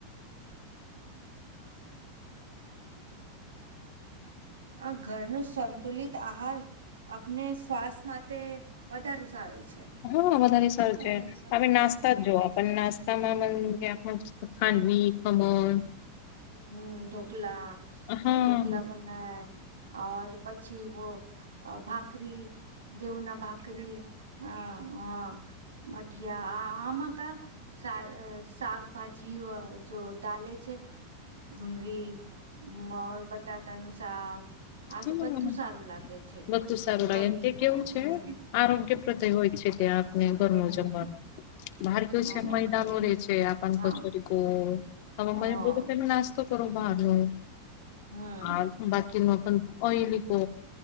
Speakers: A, on the right; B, on the left.
A: આ ઘરનું સંતુલિત આહાર આપને શ્વાસ માટે વધારું સારું છે.
B: હા વધારે સારું
A: હા
B: છે
A: વધારે સારું
B: આપમે
A: છે.
B: નાસ્તા જ જોઓ પણ નાસ્ત તમામામન ખાનવી કમલ
A: હમ ઢોકલા
B: હા
A: ઢોકલા પણ હર પછી વ ભાકરી દેવના ભાકરી હ હ મઠિયા આ આમ કા સા શકભાજી જો દાલે છે ડુંગળીર બટાટાનું શાક આ
B: હમ
A: બધું સારું લાગે છે
B: વધુ સારું લાગે
A: કડી
B: અને તે કેવું છે
A: હમ્મ
B: આરોગ્ય પ્રદય હોય છે ત્યાં આપને ઘરનું
A: હમ
B: જમવાનું બાર કેયો છે
A: અમારે
B: મહદાનો રે છે આપણ
A: હા
B: કચોરી ક તમે
A: હા
B: મ બધું પેમે નાસ્તો કરો ભનો
A: હમ
B: હ બાકીમાં પણ ઓયલી કો